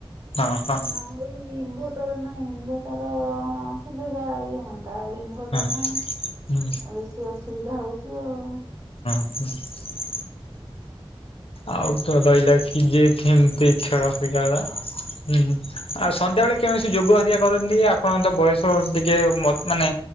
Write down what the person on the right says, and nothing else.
ଆମର ବି ଇନଭୋ ଟର ନାଇଁ ଇଁଭର୍ତର <unintelligible> ଇଏ ହୁଅ। ତା ଇନଭଟର
ନାଇଁ ଆଉ
ବେଶୀ ଅସୁବିଧା ହଉଚି ଆଉ।